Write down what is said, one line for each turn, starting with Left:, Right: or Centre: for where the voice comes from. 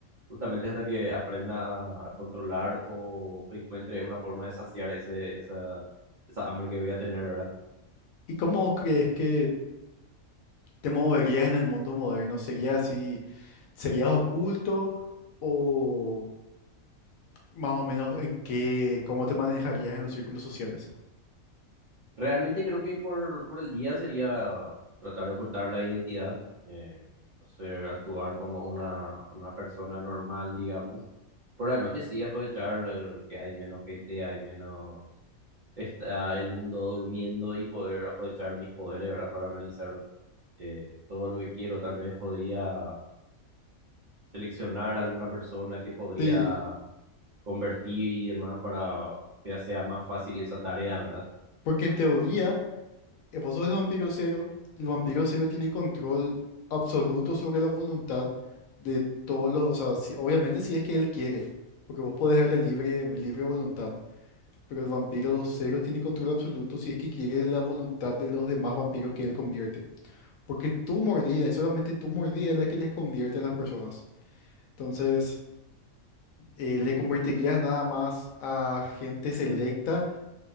Right: justamente hasta que aprenda a, a controlar o encuentre una forma de saciar ese, esa, esa hambre que voy a tener, ¿verdad?
Left: ¿Y cómo crees que te moverías en el mundo moderno? ¿Sería así, serías oculto o más o menos en qué, cómo te manejarías en los círculos sociales?
Right: Realmente creo que por, por el día sería tratar de ocultar la identidad, eh, hacer actuar como una, una persona normal, digamos. Por la noche sí aprovechar el que hay menos gente, hay menos, está el mundo durmiendo y poder aprovechar mis poderes, ¿verdad? Para realizar eh, todo lo que quiero. Tal vez podría seleccionar alguna persona que podría
Left: Sí,
Right: convertir y demás para que sea más fácil esa tarea, ¿verdad?
Left: porque en teoría, eh, vos sos el vampiro cero, el vampiro cero tiene control absoluto sobre la voluntad de todos los, o sea, si- obviamente si es que él quiere, porque vos podés darle libre, libre voluntad. Pero el vampiro cero tiene control absoluto si es que quiere la voluntad de los demás vampiros que él convierte. Porque tu mordida, y solamente tu mordida es la que les convierte a las personas. Entonces, eh, ¿le convertirías nada más a gente selecta